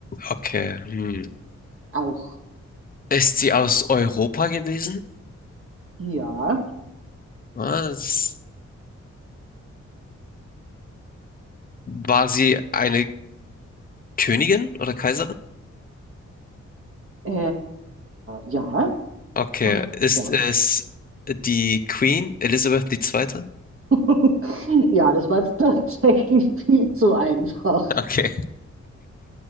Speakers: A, on the left; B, on the right.
A: Okay. Hm.
B: auch.
A: Ist sie aus Europa gewesen?
B: Ja.
A: Was? War sie eine Königin oder Kaiserin?
B: Äh, ja.
A: Okay.
B: Ähm,
A: Ist
B: ja.
A: es die Queen Elizabeth II.?
B: <laughs> ja, das war jetzt tatsächlich viel zu einfach.
A: Okay.